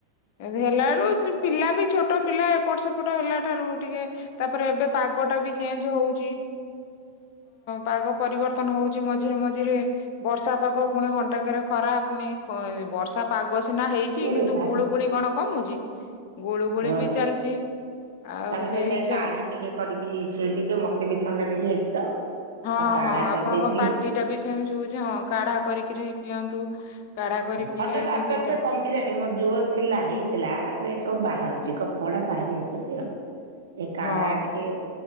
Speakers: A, on the left; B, on the right.
A: ଏମତି ହେଲାଏଳୁ ପିଲାବି ଛୋଟ ପିଲା ଏପଟ ସେପଟ ହେଲା ଠାରୁ ଟିକେ ତାପରେ ଏବେ ପାଗଟା ବି ଚେଞ୍ଜ ହଉଛି। ପାଗ ପରିବର୍ତ୍ତନ ହଉଛି ମଝିରେ ମଝିରେ। ବର୍ଷା ପାଗ ପୁଣି ଘଣ୍ଟାକରେ ଖରା ପୁଣି ବର୍ଷା ପାଗ ସିନା ହେଇ ଅଛି
B: କିଏ
A: କିନ୍ତୁ
B: ଦେଇଥାଏ
A: ଗୁଳୁ ଗୁଳି କଣ କମୁଛି। ଗୁଳୁ ଗୁଳି
B: ହଁ
A: ବି ଚାଲିଛି ଆଉ
B: ତାକୁ
A: ସେଇ
B: ସେଇଥିପାଇଁ
A: ହିସାବ
B: କାଢା ଟିକେ କରିକି ସେଇ ଟିକେ ମତେ ବି ଥଣ୍ଡା ଟିକେ ହେଇଛି ତ।
A: ହଁ
B: ତା କାଢା
A: ହଁ
B: କରିଦେଇଥିଲି
A: ଆପଣଙ୍କ ପାଟି ଟା ବି ସେମିତି ସୁବୁଛି ହଁ କାଢା କରିକରି ପିଅନ୍ତୁ। କାଢା କରି ପିଇଲେ
B: ଥଣ୍ଡା
A: ହେଲେ
B: ଟା ଆସ୍ତେ
A: ସେଇଟା
B: ଆସ୍ତେ କମିଲାଣି ମୋ ଜୋର ଥିଲା ହେଇଥିଲା ଏବେ ସବୁ ବାହାରୁଛି କଫ ଗୁଡା ବାହାରି ଆସୁଛି ଆଉ। ଏ କାଢା
A: ହଁ
B: ଟିକେ
A: ହଁ